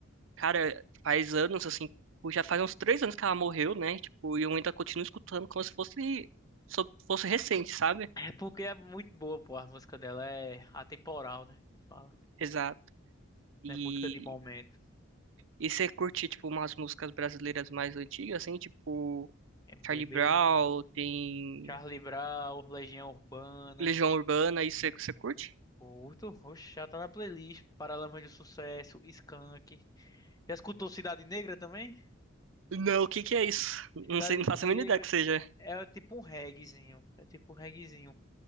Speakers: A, on the right; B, on the left.
A: Cara, faz anos, assim, tipo, já faz uns três anos que ela morreu, né? Tipo, e eu ainda continuo escutando como se fosse, so- fosse recente, sabe?
B: É porque é muito boa, pô. A música dela é atemporal, né? Que fala.
A: Exato. E,
B: É música de momento.
A: e você curte, tipo, umas músicas brasileiras mais antigas, assim, tipo,
B: MPB,
A: Charlie Brown, tem
B: Charlie Brown, Legião Urbana.
A: Legião Urbana, isso você, você curte?
B: Curto, oxe, já tá na playlist. Paralamas do Sucesso, Skank. Já escutou Cidade Negra também?
A: Não, o que que é isso?
B: Cidade
A: Não sei, não faço
B: Negra
A: a mínima ideia que
B: ca-
A: seja.
B: é, é tipo um reggaezinho. É tipo um reggaezinho.